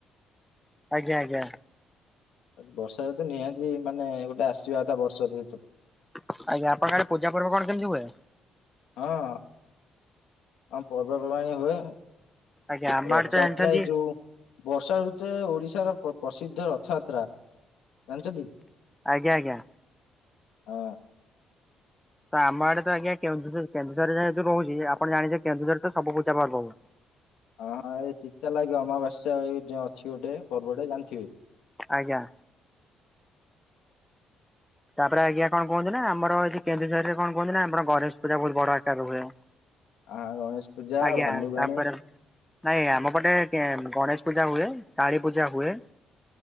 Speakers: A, in the centre; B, on the left (about 85°).
A: ଆଜ୍ଞା ଆଜ୍ଞା।
B: ବର୍ଷା ଋତୁ ନିହାତି ମାନେ ଗୋଟେ ଆସିବା ଟା ବର୍ଷା ଦି ଛ
A: ଆଜ୍ଞା ଆପଣଙ୍କ ଆଡ଼େ ପୂଜା ପର୍ବ କଣ କେମତି ହୁଏ?
B: ହଁ। ଆମ ପର୍ବପର୍ବାଣି ହୁଏ।
A: ଆଜ୍ଞା ଆମ
B: ରଥ
A: ଆଡେ ତ
B: ଯାତ୍ରା
A: ଜାଣିଛନ୍ତି
B: ଏଇ ଯୋଉ ବର୍ଷା ଋତୁରେ ଓଡ଼ିଶାର ପ-ପ୍ରସିଦ୍ଧ ରଥଯାତ୍ରା ଜାଣିଚନ୍ତି?
A: ଆଜ୍ଞା ଆଜ୍ଞା।
B: ଅ
A: ତ ଆମ ଆଡେ ତ ଆଜ୍ଞା କେନ୍ଦୁଝର କେନ୍ଦୁଝର ରେ ଯେହେତୁ ରହୁଛି ଆପଣ ଜାଣି ଥିବେ କେନ୍ଦୁଝରେ ତ ସବୁ ପୂଜା ପର୍ବ ହୁଏ।
B: ହଁ ହଁ ଏ ଚିତା ଲାଗି ଅମାବାସ୍ୟା ଏ ଯୋଉଁ ଅଛି ଗୋଟେ ପର୍ବଟେ ଜାଣିଥିବେ?
A: ଆଜ୍ଞା। ତାପରେ ଆଜ୍ଞା କଣ କୁହନ୍ତୁ ନା ଆମର ଏଠି କେନ୍ଦୁଝରରେ କଣ କୁହନ୍ତି ନା ଆମର ଗଣେଶ ପୂଜା ବହୁତ ବଡ଼ ଆକାରରେ ହୁଏ।
B: ଆଉ ଗଣେଶ ପୂଜା
A: ଆଜ୍ଞା
B: ଭାଲୁଗାଣୀ।
A: ତାପରେ ନାଇଁ ଆମ ପଟେ କେ ଗଣେଶ ପୂଜା ହୁଏ,
B: ବର୍ଷା
A: କାଳୀ
B: ଟାଇମରେ
A: ପୂଜା
B: ମଜା
A: ହୁଏ।